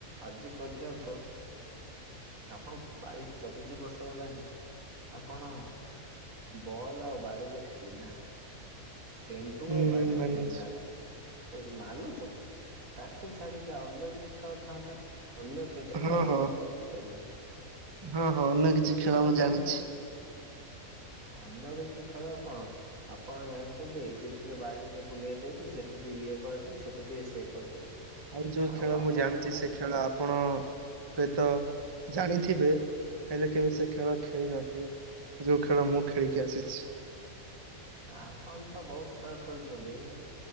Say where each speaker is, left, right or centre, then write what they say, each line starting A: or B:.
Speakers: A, on the right; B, on the right.
A: ଆଜି ପର୍ଯ୍ୟନ୍ତ ଆପଣଙ୍କୁ ବାଇଶି ଚବିଶି ବର୍ଷ ହେଲାଣି ଆପଣ ବଲ୍ ଆଉ ବାଡିରେ ଖେଳି ନାହାଁନ୍ତି। ପେଣ୍ଟୁ
B: ହୁଁ
A: ଆଉ ବାଡ଼ିରେ
B: ହୁଁ ମାନୁଛି
A: ଖେଳିନାନ୍ତି କରି ମାନୁଛ ତ ତା ତାକୁ ଛାଡିକି ଅନ୍ୟ କିଛି ଖେଳ ଥାନ୍ତା ଅନ୍ୟ କିଛି
B: ହଁ
A: ଖେଳ
B: ହଁ।
A: ବି ତ ଆପଣ ଖେଳିପାରିବେନି।
B: ହଁ ହଁ ଅନ୍ୟ କିଛି ଖେଳ ମୁଁ
A: ଖେଳିବେ
B: ଜାଣିଛି।
A: ଅନ୍ୟ କିଛି ଖେଳ କଣ ଆପଣ ଜାଣି ଚନ୍ତି ଏଠି ଟିକେ ବାଡିରେ ବୁଲେଇ ଦେବି ସେଠି ଟିକେ ଇଏ କରିଦେଵି ସେଠି ଟିକେ ସିଏ କରିଦେବି।
B: ଆଉ ଯୋଉ ଖେଳ
A: ଆପଣ
B: ମୁଁ ଜାଣିଛି
A: କଣ
B: ସେ ଖେଳ ଆପଣ ହୁଏ ତ ଜାଣି ଥିବେ ହେଲେ କେବେ ସେ ଖେଳ ଖେଳି ନଥିବେ। ଯୋଉ ଖେଳ ମୁଁ ଖେଳିକି ଆସିଛି।
A: ଆପଣ ତ ବହୁତ ଖେଳ ଖେଳୁଛନ୍ତି ହୁ